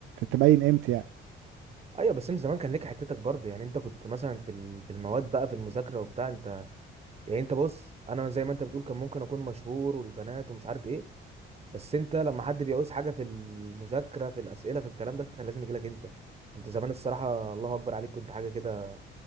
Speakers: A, on the right; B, on the right.
A: تبين قيمتي يعني
B: ايوه بس انت زمان كان ليك حتتك برضه يعني انت كنت مثلا في ال- في المواد بقى في المذاكره وبتاع انت يعني انت بص انا زي ما انت بتقول كان ممكن اكون مشهور والبنات ومش عارف ايه بس انت لما حد بيعوز حاجه في المذاكره في الاسئله في الكلام ده كان لازم يجي لك انت انت زمان الصراحه الله اكبر عليك كنت حاجه كده